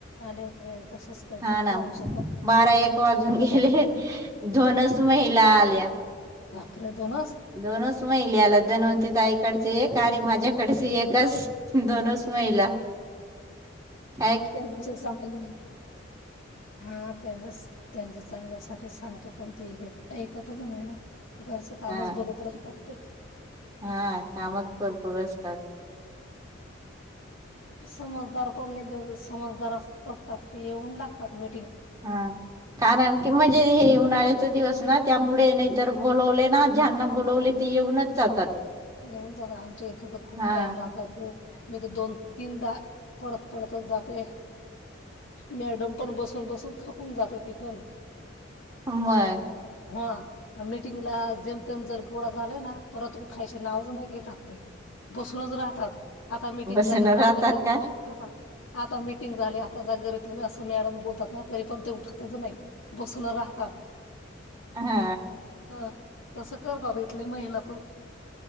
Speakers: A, on the left; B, on the right.
A: आले वगैरे तसेच करतात
B: हा ना
A: ग आमचे पण
B: बारा एक वाजून
A: येतच
B: गेले
A: नाही
B: दोनच महिला आल्या
A: भाकरे दोनच
B: दोनच महिल्या आल्या धनवती ताई तीकडचे एक आणि माझ्याकडचे एकच दोनच महिला का
A: त्यांच चांग हा <unintelligible> त्याचाच चांगलं आता सांगतो पण ते हे ऐकतचं नाही ना. घरचे कामच
B: हा
A: बघत राहतात. ते
B: हा कामच भरपूर असतात
A: समजदार पोरगी जर समजदार असतात ते येऊन लागतात म
B: हा कारण कि म्हणजे हे उन्हाळ्याचे दिवस ना. त्यामुळे नाही तर बोलवले ना ज्यांना बोलवले ते येऊनच जातात.
A: घेऊन जातात आमच्या इथं तर खूप
B: हा
A: टाइम लागतो. मी ते दोन तीनदा पळत पळतच जाते. मॅडम. पण बसून बसून थकून जाते ती पण
B: अम माय.
A: ह मीटिंगला जेमतेम जर गोळा झाला ना परत खायचं नाव नाही घेतात. बसूनच राहतात. आता मिीटिंग
B: बसून
A: झाली
B: राहतात
A: <unintelligible>
B: का
A: आता मिीटिंग झाली. आता जा घरी असं मॅडम बोलतात ना तरी पण ते उठतच नाही बसून राहतात.
B: हा.
A: हा तसं कर बाबा इथले महिला पण